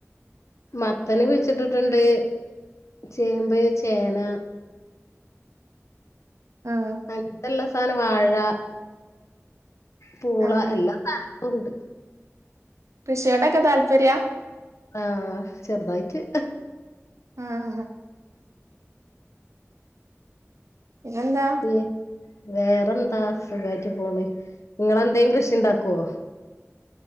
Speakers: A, on the left (about 70°); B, on the right (about 75°).
A: മത്തനും കുഴിച് ച്ചിട്ടിട്ട്ണ്ട് ചേമ്പ്, ചേന
B: ആഹ്
A: <unintelligible> ഇള്ള <unintelligible> വാഴ പൂള
B: ആഹ്
A: എല്ലാ സാന ഉണ്ട്
B: കൃഷിയോടൊക്കെ താല്പര്യ?
A: ആഹ ചെറുതായിട്ട്
B: ആഹ പിന്നെന്താ
A: പി വേറെന്താ സുഖായിട്ടു പോണ് നിങ്ങൾന്തേ കൃഷി ഇണ്ടാക്കോ